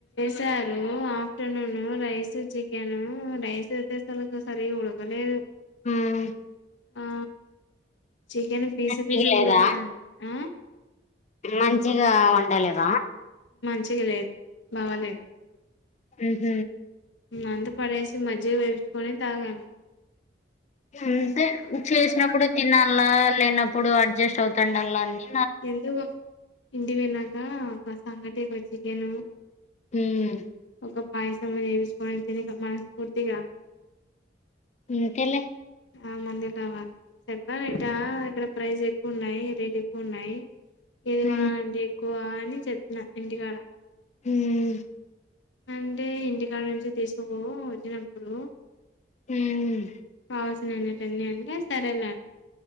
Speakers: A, on the left (about 70°); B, on the left (about 40°).
A: చారు afternoon rice chicken rice అయితే అసలు సరిగ ఉడకలేదు
B: మ్మ్
A: ఆ చికెన్ పీసి
B: మంచిగా
A: పీసికూ
B: లేదా
A: ఊడిపోతాంది ఆ
B: మంచిగా వండలేవ
A: చ్చిగా లేదు బాలేదు
B: ఉహ్మ్
A: అంత పడేసి మజ్జిగ తెచ్చుకొని తాగా
B: అంతే చేసినప్పుడే తినాల లేనప్పుడు అ అడ్జెస్ట్ అవుతుండల అన్నీ
A: ఎందుకు ఇంటికివిన్నాక ఒక సంగటీ బజ్జితిను
B: ఉమ్మ్
A: ఒక పాయసము ఏసుకోని తిని క మనస్ఫూర్తిగా
B: ఇంతలే
A: ఆ మంది కావాలి చెప్పావిటా ఇక్కడ ప్రైస్ ఎక్కువున్నాయి రేట్ ఎక్కువున్నాయి ఇది
B: హ్మ్
A: కొనాలంటి ఎక్కువ అని చెప్పిన ఇంటికాడ
B: ఉమ్మ్
A: అంటే ఇంటికాడ నుంచి తీసుకపొవో వచ్చినప్పుడు
B: ఉమ్మ్
A: కోసినంన్నిటన్ని అంటే సరేలే